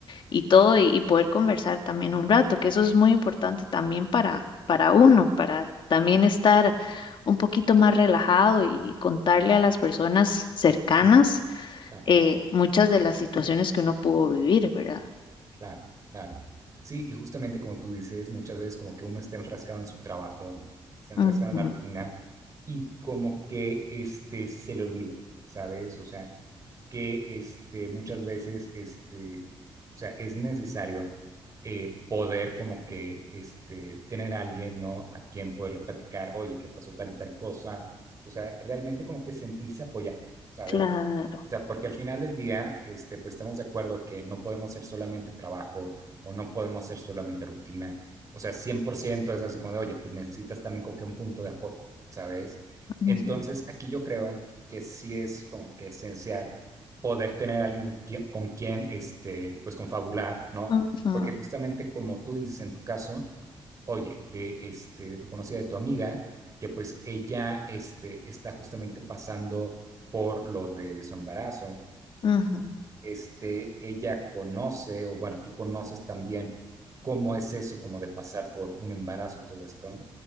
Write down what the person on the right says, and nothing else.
claro,
ujú, claro.
Claro, claro. Sí, y justamente como tú dices, muchas veces como que uno está enfrascado en su trabajo, está enfrascado
en la rutina y como que este se le olvida, ¿sabes? O sea, que este muchas veces este, o sea, es necesario eh, poder como que este tener a alguien, ¿no? A quien poderle platicar, oye, ¿qué pasó tal y tal cosa? O sea, realmente como que sentirse apoyado, ¿sabes?
O sea, porque al final del día, este, pues estamos de acuerdo que no podemos ser solamente trabajo o no podemos ser solamente rutina. O sea, 100% es así como de, oye, pues necesitas también como que un punto de apoyo, ¿sabes?
Entonces, aquí yo creo que sí es como que esencial poder tener a alguien con quien, con quien, este, pues confabular, ¿no?
Porque justamente como tú dices en tu caso, oye, de, este, de tu conocida, de tu amiga, que pues ella este, está justamente pasando por lo de su embarazo,
este, ella conoce, o bueno, tú conoces también cómo es eso, como de pasar por un embarazo y todo esto.